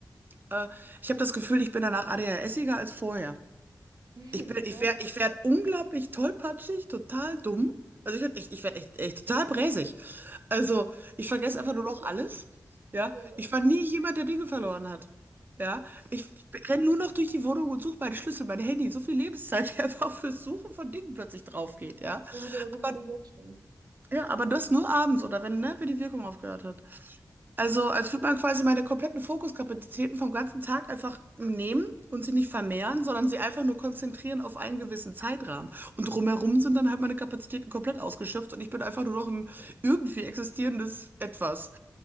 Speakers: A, on the right (about 30°); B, on the right (about 70°).
A: Äh, ich habe das Gefühl, ich bin danach ADHSiger als vorher.
B: <laughs>
A: Ich bin,
B: Ja.
A: ich werde ich werd unglaublich tollpatschig, total dumm. Also ich werde echt, ich werd echt, echt total bräsig. Also ich vergesse
B: Mhm.
A: einfach nur noch alles. Ja,
B: Ja.
A: ich
B: Ja.
A: war nie jemand, der Dinge verloren hat. Ja, ich, ich renne nur noch durch die Wohnung und suche meine Schlüssel, mein Handy, so viel Lebenszeit, die <laughs> einfach fürs Suchen von Dingen plötzlich drauf geht, ja.
B: Ich muss aber das
A: Aber
B: halt jetzt schon.
A: ja, aber
B: Also,
A: das nur abends oder wenn, ne, wenn die Wirkung aufgehört hat. Also, als würde man quasi meine kompletten Fokuskapazitäten vom ganzen Tag einfach nehmen und sie nicht vermehren, sondern sie einfach nur konzentrieren auf einen gewissen Zeitrahmen. Und drumherum sind dann halt meine Kapazitäten komplett ausgeschöpft und ich bin einfach nur noch ein irgendwie existierendes Etwas.